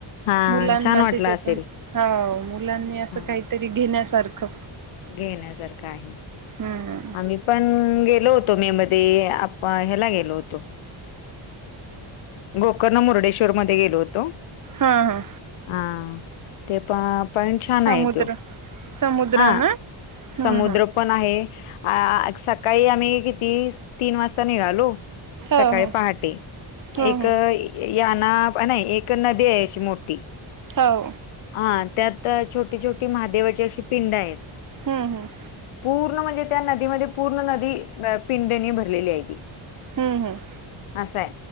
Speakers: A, on the left; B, on the right.
A: हां
B: मुलांना
A: छान वाटलं
B: त्याच्यातून
A: असेल.
B: होव मुलांनी असं
A: हां
B: काहीतरी घेण्यासारखं.
A: घेण्यासारखं आहे.
B: हम्म
A: <inaudible> आम्ही पण गेलो होतो मे मध्ये आप ह्याला गेलो होतो. गोकर्ण मुर्डेश्वर मध्ये गेलो होतो.
B: हा हा.
A: हां. ते प पण छान
B: समुद्र
A: आहे तो.
B: समुद्र
A: हा
B: ना हम्म
A: समुद्र.
B: हम्म
A: पण आहे सकाळी आम्ही किती तीन वाजता निघालो.
B: हो
A: सकाळी पहाटे.
B: हो हो
A: एक याना नाही एक नदी आहे मोठी.
B: हो.
A: हा त्यात छोटी छोटी महादेवाची अशी पिंड आहेत.
B: हम्म हम्म.
A: पूर्ण म्हणजे त्या नदीमध्ये पूर्ण नदी पिंडनी भरलेली आहे ती.
B: हम्म हम्.
A: असं आहे